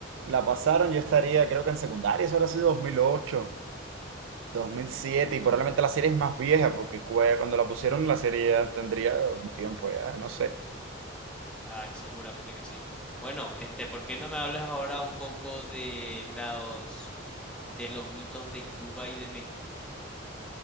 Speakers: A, on the right; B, in the centre.
A: la pasaron, yo estaría, creo que en secundaria, eso habrá sido 2008. 2007 y probablemente la serie es más vieja porque cue- cuando la pusieron la serie ya tendría un tiempo ya, no sé.
B: Ay, seguramente que sí. Bueno, este, ¿por qué no me hablas ahora un poco de los de los mitos de Cuba y de México?